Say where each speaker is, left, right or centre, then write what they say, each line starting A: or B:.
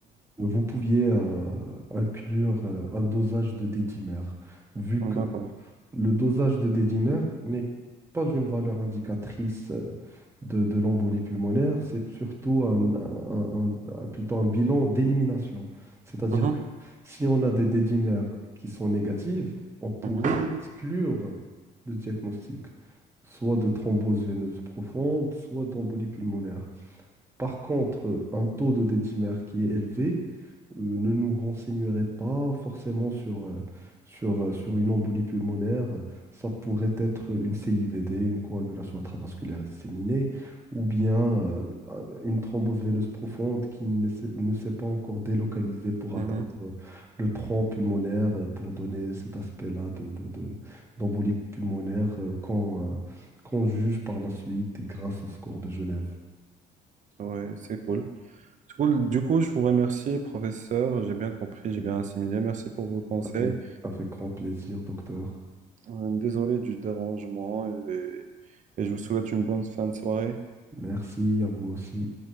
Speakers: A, on the right; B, on the right.
A: vous pouviez euh, inclure euh, un dosage de dédimère, vu
B: Mhm.
A: que
B: D'accord.
A: le dosage de dédimère n'est pas une valeur indicatrice euh, de, de l'embolie pulmonaire, c'est surtout un, un- un- un- plutôt un bilan d'élimination. C'est-à-dire
B: Mhm.
A: que si on a des dédimères qui sont négatives, on pourrait
B: Mhm.
A: exclure le diagnostic, soit de thrombose veineuse profonde, soit d'embolie pulmonaire. Par contre, un taux de dédimère qui est élevé euh, ne nous renseignerait pas forcément sur, euh, sur, euh, sur une embolie pulmonaire. Euh, Ça pourrait être une CIVD, une coagulation intravasculaire disséminée, ou bien euh, un- une thrombose veineuse profonde qui ne s'est ne s'est pas encore délocalisée pour
B: Mhm.
A: atteindre le tronc pulmonaire, euh, pour donner cet aspect-là de, de- de- d'embolie pulmonaire euh, qu'on euh, qu'on juge par la suite grâce au score de Genève.
B: Ouais, c'est cool. C'est cool. Du coup, je vous remercie, professeur. J'ai bien compris, j'ai
A: Oui.
B: bien assimilé. Merci pour vos conseils.
A: Avec, avec grand plaisir, docteur.
B: Euh, Désolé du dérangement et, et je vous souhaite une bonne fin de soirée.
A: Merci à vous aussi.